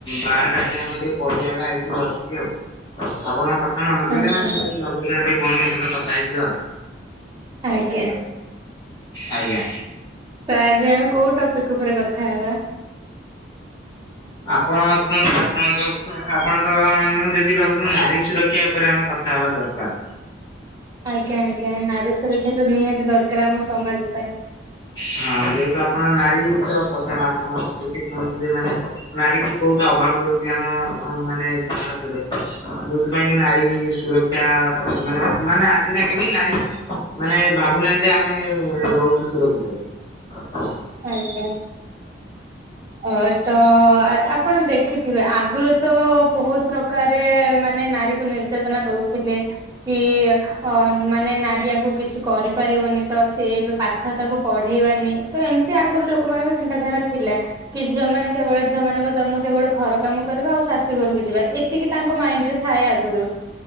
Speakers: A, on the left; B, on the right.
A: ବାହାର ଆଡ଼େ ଆମେ ଟିକେ ପଡ଼ିଆ ଆଡ଼େ ଆଇଚୁ ବସିଚୁ ଆଉ ଆପଣଙ୍କ କ କଥା ମନେପଇଲା
B: ଆଜ୍ଞା
A: ମୁଁ କହିଲି ଲଗେଇ ଦବା ଟିକେ ଭଉଣୀଙ୍କ ସହିତ କଥା ହେଇଯିବା ଆଉ।
B: ଆଜ୍ଞା।
A: ଆଜ୍ଞା।
B: ତ ଆଜି ଆମେ କୋଉ ଟପିକ୍ ଉପରେ କଥାହବା?
A: ଆପଣ କୁହନ୍ତୁ ଆପଣଙ୍କ ଆପଣ ତ ମୁଁ ଯଦି ଭାବୁଚି ନାରୀ ସୁରକ୍ଷା ଉପରେ ଆମେ କ ଥା ହବା ଦରକାର୍।
B: ଆଜ୍ଞା ଆଜ୍ଞା ନାରୀ ସୁରକ୍ଷା ତ ନିହାତି ଦରକାର୍ ଆମ ସମାଜ ପାଇଁ।
A: ହଁ ଯେହେତୁ ଆପଣ ନାରୀ ତ ପ୍ରଥମେ ଆପଣ କିଛି କୁହନ୍ତୁ ଯେ ମାନେ ନାରୀ କି କଉଟା ଅଭାବ ରହୁଚି ଆମ ମାନେ ଭାରତରେ? ଯଉଥିପାଇଁ କି ନାରୀ ସୁରକ୍ଷା ମାନେ ମାନେ ଆଜି ଯାଙ୍କେ ବି ନାରୀ ମାନେ ଭାବୁନାହାନ୍ତି ଯେ ଆମେ ରହୁଚୁ ସୁରକ୍ଷିତରେ। <inaudible>
B: ଆଜ୍ଞା ଓ ତ ଆ ଆପ୍ ଆପଣ ଦେଖିଥିବେ ଆଗୁରୁ ତ ବହୁତ୍ ପ୍ରକାରେ ମାନେ ନାରୀକୁ ନିର୍ଯାତନା ଦଉଥିଲେ କି ଅନ୍ ମାନେ ନାରୀ ଆଗକୁ କିଛି କରିପାରିବନି ତ ସିଏ ଏବେ ପାଠ ତାକୁ ପଢେଇବାନି ତ ଏମ୍ ଏମିତି ଆଗରୁ ଲୋକମାନଙ୍କ ଚିନ୍ତାଧାରା ଥିଲା କି ଝିଅ ମାନେ କେବଳ ଝିଅ ମାନେ ଝିଅ ମାନଙ୍କ ଜନ୍ମ କେବଳ ଘର କାମ କରିବା ଆଉ ଶାଶୁ ଘରକୁ ଯିବା ଏତିକି ତାଙ୍କ ମାଇଣ୍ଡ୍ ରେ ଥାଏ ଆଗୁରୁ।